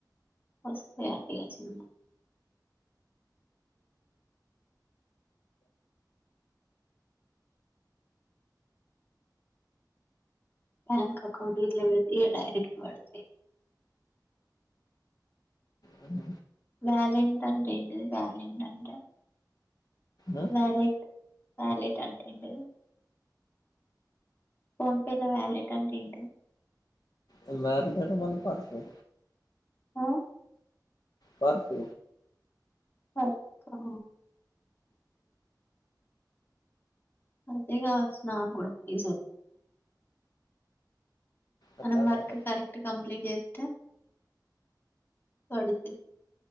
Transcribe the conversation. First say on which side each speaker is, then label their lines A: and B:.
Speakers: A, on the left; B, on the left.
A: వస్తే హ్యాపీ గా చిన్న. బ్యాంక్ అకౌంట్ గిట్ల వెడితే ఇగ డైరెక్ట్ వడుతయ్
B: ఆ హ
A: వాలెంటన్ అంటే ఏంటిది వాలెంన్ టంటే
B: ఆ
A: వాలెట్ వాలిట్ అంటేండి ఫోన్పేలో వాలెట్ అంటే ఏంటిది?
B: ఆ వాటి కంటే మంది పాత వ
A: ఆ
B: వర్క్
A: వర్క్ ఆ అదే కావచ్ నాగ్గూడా ఈసావ్
B: అర్థం
A: మనం వర్క్
B: కాలే
A: కరెక్ట్ కంప్లీట్ చేత్తే పడుక